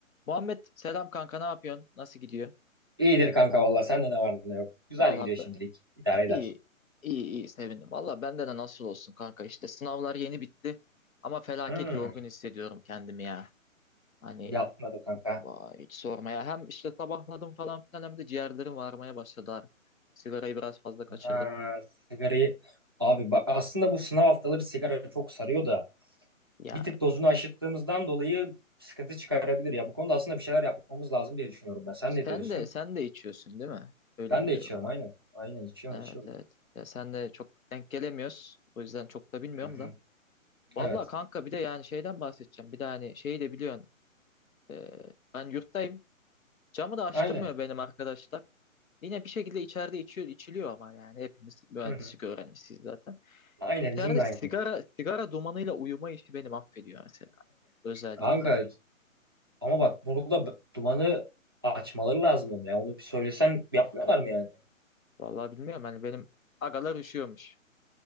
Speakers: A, on the left; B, on the right.
A: Muhammed selam kanka ne yapıyorsun? Nasıl gidiyor?
B: İyidir kanka valla sende ne var ne yok. Güzel
A: Valla
B: gidiyor şimdilik.
A: ben,
B: İdare
A: iyi
B: eder.
A: iyi iyi sevindim. Valla bende de nasıl olsun kanka işte sınavlar yeni bitti ama felaket
B: Hmm,
A: yorgun hissediyorum kendimi ya. Hani
B: yapma da kanka.
A: vay hiç sormaya Hem işte sabahladım falan filan hem de ciğerlerim varmaya başladı artık. Sigarayı biraz fazla kaçırdım.
B: Ha, sigarayı abi bak aslında bu sınav haftaları sigara çok sarıyor da
A: Ya
B: bir tık dozunu aşırttığımızdan dolayı sıkıntı çıkarabilir ya. Bu konuda aslında bir şeyler yapmamız lazım diye düşünüyorum ben. Sen
A: sen
B: ne diyorsun?
A: de sen de içiyorsun değil mi? Öyle
B: Ben
A: biliyorum
B: de içiyorum aynen.
A: ben.
B: Aynen içiyorum
A: Evet
B: içiyorum.
A: evet. Ya sen de çok denk gelemiyoruz. O yüzden çok da bilmiyorum
B: Hı hı.
A: da. Valla
B: Evet.
A: kanka bir de yani şeyden bahsedeceğim. Bir de hani şeyi de biliyorsun. Ee, ben yurttayım. Camı da açtırmıyor
B: Aynen.
A: benim arkadaşlar. Yine bir şekilde içeride içiyor, içiliyor ama yani hepimiz mühendislik
B: Hı hı.
A: öğrencisiyiz zaten.
B: Aynen
A: İçeride
B: bizim de
A: sigara
B: aynı.
A: sigara dumanıyla uyuma işi beni affediyor mesela. Özellikle.
B: Kanka ama bak burada b- dumanı açmaları lazım onu ya. Onu bir söylesen yapmıyorlar mı yani?
A: Vallahi bilmiyorum hani benim agalar üşüyormuş.